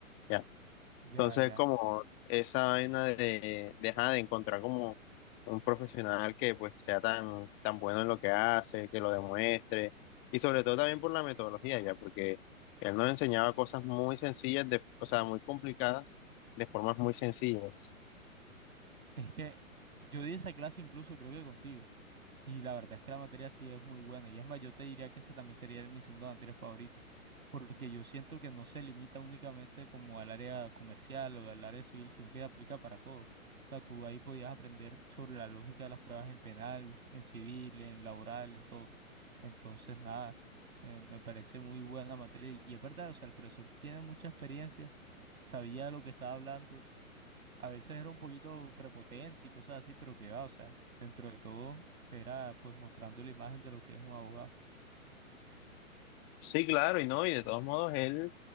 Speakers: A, on the left; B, on the right.
A: ya.
B: ya,
A: Entonces,
B: ya.
A: como esa vaina de dejar de encontrar como un profesional que pues sea tan, tan bueno en lo que hace, que lo demuestre, y sobre todo también por la metodología ya, porque él nos enseñaba cosas muy sencillas, de, o sea, muy complicadas, de formas muy sencillas.
B: Es que yo di esa clase incluso creo que contigo. Y la verdad es que la materia sí es muy buena. Y es más, yo te diría que esa también sería mi segunda materia favorita. Porque yo siento que no se limita únicamente como al área comercial o al área civil, sino que aplica para todo. O sea, tú ahí podías aprender sobre la lógica de las pruebas en penal, en civil, en laboral, en todo. Entonces, nada, eh, me parece muy buena materia. Y es verdad, o sea, el profesor tiene mucha experiencia sabía lo que estaba hablando. A veces era un poquito prepotente y cosas así, pero que va, o sea, dentro de todo era pues mostrando la imagen de lo que es un abogado.
A: Sí, claro, y no, y de todos modos él,